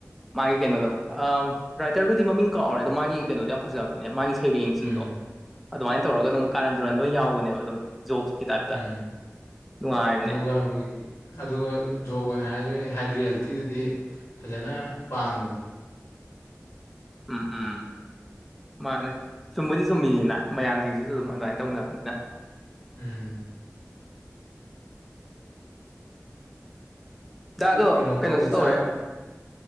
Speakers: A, in the centre; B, on the left.
A: ꯃꯥꯒꯤ ꯀꯩꯅꯣꯗꯣ ꯑ ꯔꯥꯏꯇꯔꯗꯨꯗꯤ ꯃꯃꯤꯡ ꯀꯛꯎꯔꯦ ꯑꯗꯣ ꯃꯥꯒꯤ ꯀꯩꯅꯣꯗꯣ ꯌꯥꯝ ꯐꯖꯕꯅꯤꯅꯦ ꯃꯥꯒꯤ ꯁꯩꯔꯦꯡꯁꯤꯡꯗꯣ
B: ꯎꯝ
A: ꯑꯗꯨꯃꯥꯏꯅ ꯇꯧꯔꯒ ꯑꯗꯨꯝ ꯀꯥꯔꯟ ꯇꯨꯔꯟ ꯂꯣꯏ ꯌꯥꯎꯒꯅꯦꯕ ꯑꯗꯨꯝ ꯖꯣꯛꯁꯀꯤ ꯇꯥꯏꯞꯇ
B: ꯎꯝ
A: ꯅꯨꯡꯉꯥꯏꯕꯅꯦ
B: ꯑꯗꯨꯒ ꯍꯧꯖꯤꯛꯇꯤ ꯑꯗꯨꯒ ꯖꯣꯕ ꯑꯣꯏꯅ ꯍꯥꯏꯔꯁꯨ ꯑꯦ ꯍꯥꯏ ꯔꯤꯌꯦꯜꯇꯤꯗꯨꯗꯤ ꯐꯖꯅ ꯄꯥꯟꯕꯗꯣ
A: ꯑꯥ ꯑꯥ ꯃꯥꯅꯦ ꯆꯨꯝꯕꯗꯤ ꯆꯨꯝꯃꯤꯅꯤꯅ ꯃꯌꯥꯝꯁꯤꯡꯁꯤꯁꯨ ꯑꯗꯨꯝ ꯑꯗꯨꯃꯥꯏꯅ ꯇꯧꯅꯕꯅꯤꯅ
B: ꯎꯝ
A: ꯖꯗꯣ
B: ꯀꯩꯅꯣ
A: ꯀꯩꯅꯣꯁꯨ
B: ꯇꯧꯒꯦ
A: ꯇꯧꯔꯦ
B: ꯆꯥꯛ